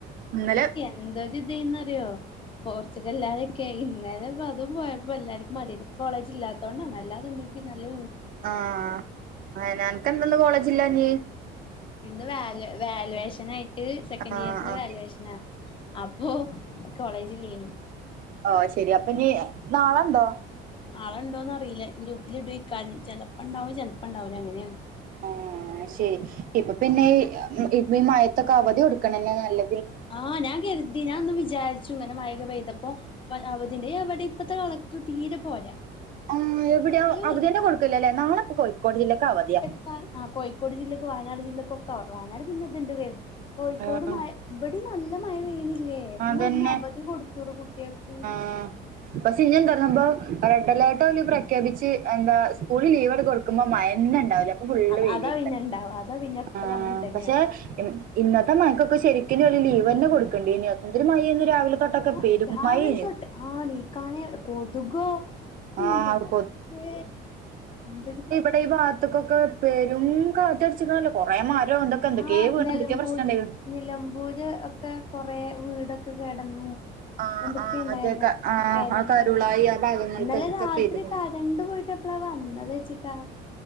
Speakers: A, on the right; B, on the left.
A: ഇന്നലെ
B: എന്തോജ് ചെയ്യുന്നറിയോ പോർച്ചുഗൽല്ലാരെക്കെ ഇന്നലെ പ്പ അതും പോയപ്പോ എല്ലാരുക്കും മതിയാന്ന് കോളേജ് ഇല്ലാത്തോണ്ടാണ് അല്ലാതന്തെക്കി നല്ലോ ഊ
A: ആഹ് അന അൻക്ക് ന്തന്ന് കോളേജില്ലാഞ്ഞീ
B: ഇന്ന് വാല്യു വാല്യുവേഷൻ ആയിട്ട് സെക്കൻഡ്
A: ആഹ്
B: ഇയേർസിന്റെ
A: ആഹ്
B: വാല്യുവേഷനാ അപ്പോ കോളേജ് ഇല്ലേനു
A: ഓഹ് ശെരി അപ്പൊ ഞ്ഞി നാളെണ്ടോ
B: നാളെണ്ടോന്ന് അറിയില്ല ഗ്രൂപ്പില് ഇടോയിക്കാരം ചെലപ്പൊണ്ടാവും ചെലപ്പണ്ടാവ് ല അങ്ങനെയാണ്
A: ആഹ് ശരി ഇപ്പ പിന്നെ ഈ ഉം ഈ മഴത്തൊക്കെ അവധി കൊടുക്കണന്നെ നല്ല
B: ആഹ് ഞാൻ കെര്തി ഞാന്ന് വിചാര് ച്ചുങ്ങനെ മഴൊക്കെ പെയ്തപ്പോ പ്പ അവധിന്റെ എവടിം പ്പത്തെ കളക്ടർ തീരെ പോരാ
A: ആഹ് എവിടെയോ
B: ഒരു
A: അവദ്യെന്നെ കൊട്ക്ക്ല്ലല്ലേ നാളെപ്പ കോഴിക്കോട് ജില്ലക്ക് അവധ്യാ
B: ക്കാൻ ആഹ് കോഴിക്കോട് ജില്ലക്കും വയനാട് ജില്ലക്കൊക്കെ അ വയനാട് പിന്നെ ത്ണ്ട് കെര്ത കോഴിക്കോട്
A: ആഹ്
B: മഴ ബടിം നല്ല മഴ പെയ്യ്ണില്ലേ
A: അതന്നെ
B: ന്നാഒന്ന് അവധി കൊടുത്തൂടെ കുട്ട്യാക്ക്
A: ആഹ് പക്ഷെ ഇഞ്ഞെന്താറിയോ സംഭവം റെഡ് അലേർട്ടോല് പ്രഖ്യാപിച്ച് എന്താ സ്കൂളിൽ ലീവട് കൊട് ക്കുമ്പോ മയെന്നെ ണ്ടാവൂല അപ്പൊ ഫുള്ള്
B: അത്
A: വെയ്ലേക്കാരം
B: അതാ പിന്നെ ഇണ്ടാവ അതാ പിന്നെ എപ്പളും
A: ആഹ്
B: അങ്ങനെ തന്നെയാണ്
A: പക്ഷെ ഇമ് ഇന്നത്തെ മയക്കൊക്കെ ശരിക്കിനോല് ലീവെന്നെ കൊട്ക്കണ്ടീനി എന്തരു മഴേന്ന് രാവിലെ തൊട്ടൊക്കെ
B: ആഹ്
A: പെരും
B: രാവിലെ
A: മഴേന്
B: തൊട്ട് ആഹ് ണീക്കാനെ കൊതുകോ ഉം ഇന്റെ
A: ആഹ്
B: റബ്ബേ ന്തെട്ക്
A: പ്പ ഈ ഭാത്ത്ക്കൊക്കെ പെരും കാറ്റട്ച്ക്ക്ണല്ലൊ കൊറേ മരും ന്തൊക്കെന്തെക്കേ
B: ആഹ്
A: വീണന്തൊക്ക്യോ
B: നിലമ്പൂര്
A: പ്രശ്നണ്ടായീന്ന്
B: നിലമ്പൂര് ഒക്കെ കൊറേ വീടൊക്കെ കേടന്നു
A: ആഹ്
B: എന്തൊക്കെണ്ടായല്ലോ
A: ആഹ് മറ്റേ ക ആഹ്
B: കെരണ്ട്
A: ആ കരുളായി ആ ഭാഗങ്ങൾക്കൊക്കെ
B: ഇന്നലെ രാത്രി
A: പെയ്തിക്ക്ണ്
B: ക രണ്ട് പോയിട്ടെപ്പളാ വന്നതെച്ചിട്ടാ